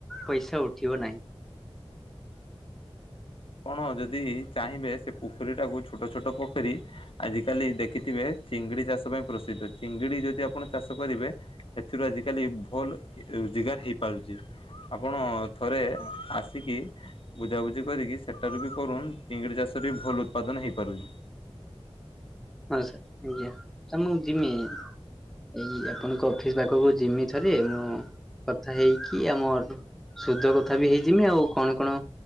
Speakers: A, in the centre; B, on the left (about 60°).
A: ପଇସା ଉଠିବ ନାହିଁ।
B: ଆପଣ ଯଦି ଚାହିଁବେ ସେ ପୋଖରୀ ଟାକୁ ଛୋଟ ଛୋଟ ପୋଖରୀ ଆଜ କାଲି ଦେଖିଥିବେ ଚିଙ୍ଗଡି ଚାଷ ପାଇଁ ପ୍ରସିଦ୍ଧ ଚିଙ୍ଗିଡି ଯଦି ଆପଣ ଚାଷ କରିବେ ଏଥିରୁ ଆଜିିକାଲି ଭଲ ରୋଜଗାର ହେଇପାରୁଛି। ଆପଣ ଥରେ ଆସିକି ବୁଝାବୁଝି କରିକି ସେଠାରୁ ବି କରୁନ୍ ଚିଙ୍ଗିଡ଼ି ଚାଷରେ ବି ଭଲ ଉତ୍ପାଦନ ହୋଇପାରୁଛି।
A: ହଁ ସାର୍ ଆଜ୍ଞା ସାର୍ ମୁଁ ଯିମି। ଏଇ ଆପଣଙ୍କ ଅଫିସ୍ ପାଖକୁ ଯିମି ଥରେ ମୁଁ କଥା ହେଇକି ଆମ ସୁଧ କଥା ବି ହେଇଯିମି ଆଉ କଣ କଣ